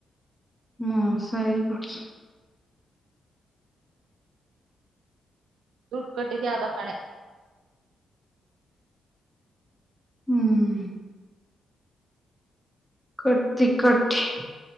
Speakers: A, in the centre; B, on the right (about 70°).
A: ಹ್ಮ ಸರಿ ಪಡ್
B: ದುಡ್ಡುಕಟ್ಟಿದ್ದು ಅದು ಕಣೆ
A: ಹ್ಮ್ ಕಡ್ಟ್ಟಿ ಕಟ್ಟಿ